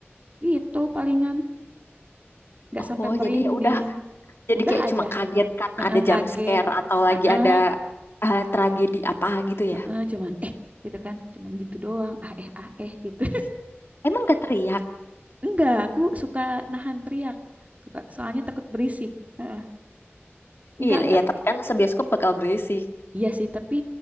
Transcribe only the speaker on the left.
Oh,
jadi ya udah Jadi
kayak
cuma kaget kan
ada jump
scare atau lagi
ada eh, tragedi apa gitu
ya.
Emang gak teriak?
Iya,
iya, tapi kan sebioskop bakal berisik.